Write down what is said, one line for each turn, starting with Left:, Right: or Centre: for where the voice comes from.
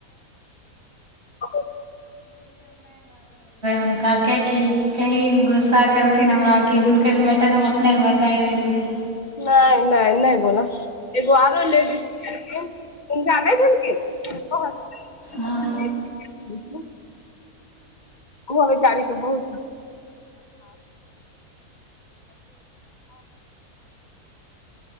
Left: आ
Right: कहल की कहिन गुस्सा करथिन हमरा क हुनकर मैटर हम अपनेके बता देलियै
Left: नहि नहि नहि बोला एगो आरो लेडीज छलखिन हुनका नै क़हलकहिन
Right: हँ
Left: ओ बेचारी बहुत